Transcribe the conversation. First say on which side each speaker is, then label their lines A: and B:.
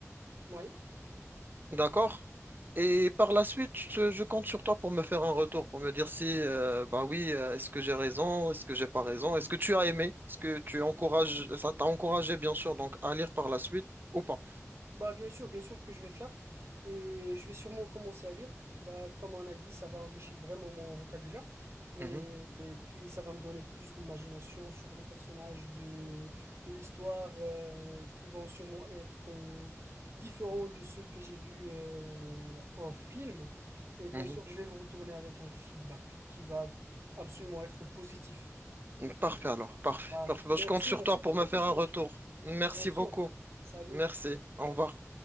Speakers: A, on the right; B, on the right.
A: oui.
B: D'accord. Et par la suite, je, je compte sur toi pour me faire un retour, pour me dire si, euh, bah oui, euh, est-ce que j'ai raison, est-ce que j'ai pas raison, est-ce que tu as aimé, est-ce que tu encourages, ça t'a encouragé, bien sûr, donc à lire par la suite ou pas.
A: Bah bien sûr, bien sûr que je vais faire et je vais sûrement commencer à lire. Bah comme on a dit, ça va enrichir vraiment mon vocabulaire et,
B: Mhm,
A: et puis ça va me donner plus d'imagination sur les personnages de, de l'histoire euh, qui vont sûrement être euh, différents de ceux que j'ai vus euh, en film. Et bien
B: mhm.
A: sûr, je vais vous retourner avec un feedback qui va absolument être positif.
B: Donc, Parfait alors, parfait,
A: Ah,
B: parfait.
A: merci,
B: Bon, je compte sur
A: merci
B: toi
A: pour
B: pour me
A: votre
B: faire
A: échange.
B: un retour. Merci
A: Bien sûr.
B: beaucoup.
A: Salut.
B: Merci.
A: Salut.
B: Au revoir.